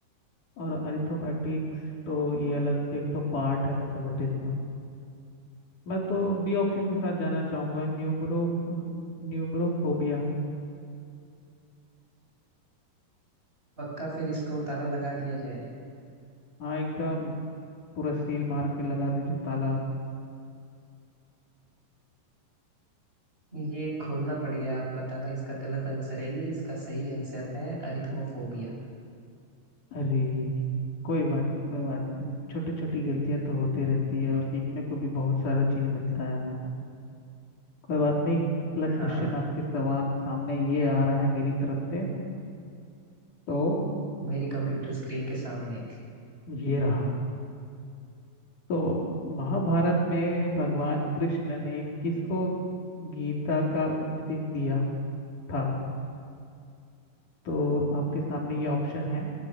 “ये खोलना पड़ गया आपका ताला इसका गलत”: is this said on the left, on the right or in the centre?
Right